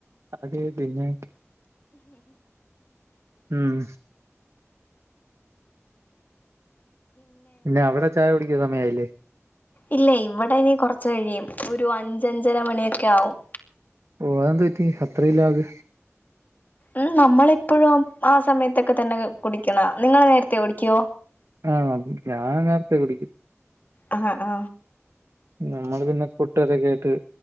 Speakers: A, on the right; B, on the left.
A: അതെ പിന്നെ ഉം പിന്നെ അവിടെ ചായ കുടിക്കുന്ന സമയായില്ലേ
B: ഇല്ല ഇവിടെ ഇന കൊറച്ച് കഴിയും ഒരു അഞ്ചഞ്ചര മണിയൊക്കെ ആവും
A: ഓ അതെന്ത പറ്റി അത്രീമ് ല്ലാക്?
B: ഉം നമ്മളെപ്പോഴും ആ സമയത്തൊക്കെ തന്നെ കുടിക്കണേ നിങ്ങള് നേരത്തെ കുടിക്കോ?
A: ആഹ ഞാൻ നേരത്തെ കുടിക്കും
B: ആഹ് ആഹ
A: നമ്മള് പിന്നെ കട്ടുകാരൊക്കെ ആയിട്ട്